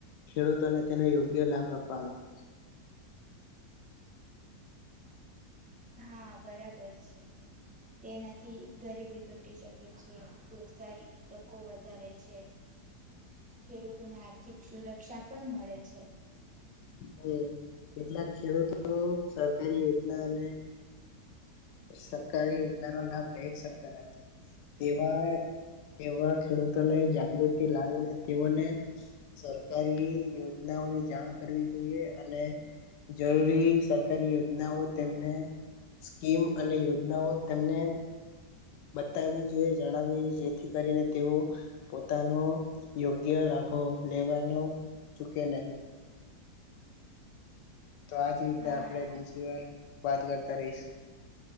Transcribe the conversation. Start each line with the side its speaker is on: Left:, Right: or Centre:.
Left: ખેડૂતોને તેને યોગ્ય લાભ આપવામાં આવે છે.
Centre: હા બરાબર છે તેનાથી ગરીબી ઘટી શકે છે રોજગારીની તકો વધારે છે ખેડૂતોને આર્થિક સુરક્ષા પણ મળે છે.
Left: હમ કેટલાક ખેડૂતો સરકારી યોજના અનેકાર સરકારી યોજના નોા લઈ જ શકતા નથી. તેવા તેવા ખેડૂતોને જાગૃતિ લાવીને તેઓને સરકારી યોજનાઓની જાણ કરવી જોઈએ અને જરૂરી સરકારી યોજનાઓ તેમને સ્કીમ અને યોજનાઓ તેમને બતાવી જોઈએ જણાવવીઈ જેથી કરીને તેઓ પોતાનો યોગ્ય લાભો લેવાનો ચૂકે નહી. તો આજ રીતે
Centre: હા
Left: આપણેે બીજી વાર વાત કરતા રહીશું.